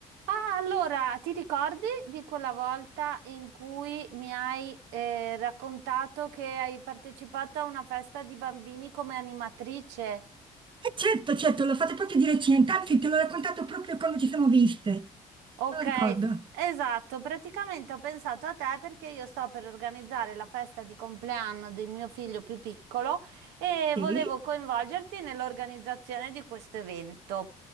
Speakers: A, on the right (about 75°); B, on the right (about 30°).
A: Ah, allora, ti ricordi di quella volta in cui mi hai eh, raccontato che hai partecipato a una festa di bambini come animatrice?
B: Eh, certo, certo, l'ho fatto proprio di recente, anzi te l'ho raccontato proprio quando ci siamo viste,
A: Ok,
B: non lo ricordo.
A: esatto, praticamente ho pensato a te perché io sto per organizzare la festa di compleanno del mio figlio più piccolo e
B: Sì,
A: volevo coinvolgerti nell'organizzazione di questo evento.